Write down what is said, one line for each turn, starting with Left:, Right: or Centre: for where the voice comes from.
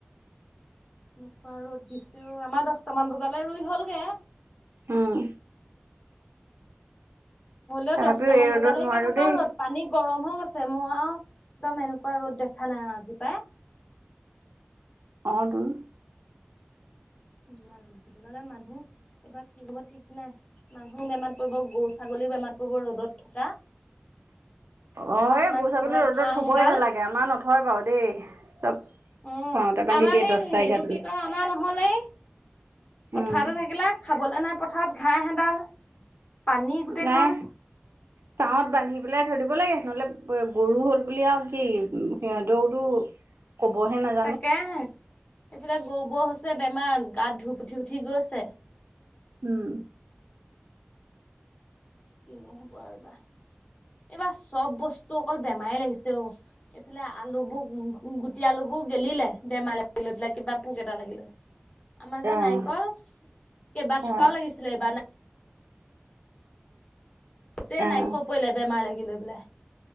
Left: এনেকুৱা ৰ'দ দিছে ঐ আমাৰ দহটামান বজালে ৰুই হলগে।
Right: উমঁ।
Left: হ'লেও
Right: তথাপিও
Left: দছটামান
Right: এই ৰ'দত
Left: বজালে
Right: নোৱাৰো
Left: কেনেকুৱা
Right: দেই
Left: ৰ'দ। পানী গৰম হৈ গৈছে মই আৰু একদম এনেকুৱা ৰ'দ দেখা নাই আজি পাই।
Right: অঁ তোন।
Left: মান ৰ'দ দিব ন'লে মানুহ এইবাৰ কি হব ঠিক নাই। মানুহো বেমাৰ পৰিব গৰু ছাগলীও বেমাৰ পৰিব ৰ'দত থকা। পথাৰত
Right: অঁ এই
Left: নাই
Right: গৰু
Left: খাবলৈ
Right: ছাগলী ৰ'দত
Left: ঘাঁহ
Right: থবই
Left: এডাল
Right: নালাগে আমাৰ নথয় বাৰু দেই চব,,,,
Left: অ
Right: খঙতে বান্ধি
Left: আমাৰ
Right: দিয়ে
Left: সেই
Right: দহটা
Left: এইটো
Right: এঘাৰটালে।
Left: কি কয় অনা নহ'লে। পথাৰতে
Right: উম,
Left: থাকিলে খাবলে নাই পথাৰত ঘাঁহ হেডাল পানী গোটেইখন।
Right: নাই ছাঁহত বান্ধি পেলাই থৈ দিব লাগে নহ'লে গৰু হ'ল বুলি আৰু কি সিহঁতে টো ক'হে নাজানে।
Left: তাকেহে এইফালে গৰুবোৰ হৈছে বেমাৰ গাত ধুপ উঠি উঠি গৈছে।
Right: উমঁ।
Left: কিনো হ'ব আৰু এইবাৰ। এইবাৰ চব বস্তু অকল বেমাৰে লাগিছে অ'। এইফালে আলুবোৰ গু--গুটি আলুবোৰ গেলিলে বেমাৰে লাগি লৈ পেলাই কিবা পোক এটা লাগিল লয়। আমাৰ যে
Right: অ'।
Left: নাৰিকল কেইবাৰ
Right: অ',
Left: থোকাও লাগিছিলে এই নাই। গোটেই
Right: অ',
Left: নাৰিকল পৰিলে বেমাৰ লাগি লৈ পেলাই।